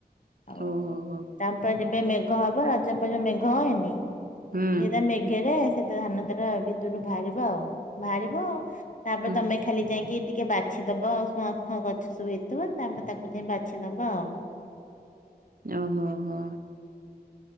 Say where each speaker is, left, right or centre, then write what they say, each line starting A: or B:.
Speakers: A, on the left; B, on the right.
A: ଆଉ
B: ଓହ ହ ହୋ।
A: ତାପରେ ଯେବେ ମେଘ ହବ ରଜପରେ ଜଉ ମେଘ ହଏନି ସେଟା
B: ହୁଁ
A: ମେଘ ଇଏରେ ସେଟା ଧାନ ତାର ଭିତରୁ ବାହାରିବ ଆଉ ବାହାରିବ ତାପରେ
B: ହୁଁ
A: ତମେ ଖାଲି ଯାଇକି ଟିକେ ବାଛିଦବ ଆଉ ସୁଆଁ ଫୁଆଁ ଗଛ ସବୁ ହେଇଥିବ ତାପରେ ତାକୁ ଯାଇ ବାଛିଦବ ଆଉ।
B: ଓହୋ ହୋ ହୋ।